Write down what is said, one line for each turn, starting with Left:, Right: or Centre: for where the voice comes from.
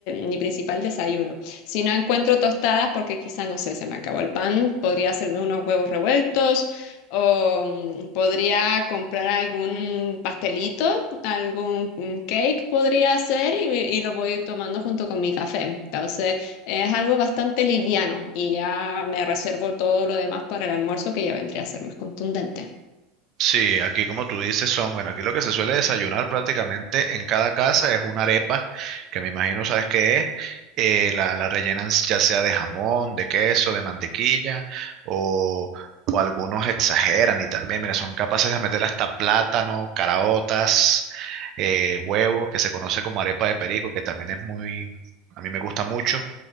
Left: mi principal desayuno. Si no encuentro tostadas, porque quizá, no sé, se me acabó el pan, podría hacerme unos huevos revueltos o mm, podría comprar algún pastelito algún un cake podría ser y, y lo voy tomando junto con mi café. Entonces es algo bastante liviano y ya me reservo todo lo demás para el almuerzo que ya vendría a ser más contundente.
Right: Sí, aquí como tú dices son, bueno, aquí lo que se suele desayunar prácticamente en cada casa es una arepa, que me imagino sabes qué es, eh, la, la rellenan ya sea de jamón, de queso, de mantequilla, o, o algunos exageran y también, mira, son capaces de meter hasta plátano, caraotas, eh, huevos, que se conoce como arepa de perico, que también es muy, a mí me gusta mucho,